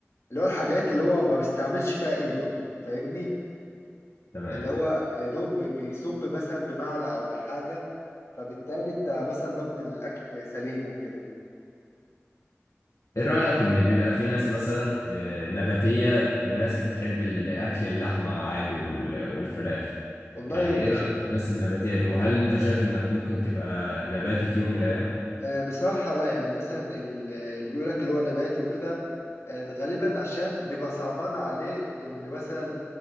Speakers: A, on the left; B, on the left.
A: اللي هو الحاجات اللي هو ما بستعملش فيها إيده فاهمني
B: تمام
A: اللي هو يا دوب بيصب مثلا بمعلقة أو بحاجة فبالتالي أنت مثلا ضامن الأكل سليم وكده
B: ايه رايك ان بيبقى في ناس مثلا آه، نباتيه وناس بتحب الاكل اللحمه عادي وال- والفراخ
A: والله
B: يعني ايه
A: بص...
B: رايك في الناس النباتيه دي وهل انت شايف انك ممكن تبقى نباتي في يوم من الايام
A: آه، بصراحة لا يعني مثلا ال- اللي بيقولك اللي هو نباتي وكده آه، غالبا عشان بيبقى صعبان عليه اللي مثلا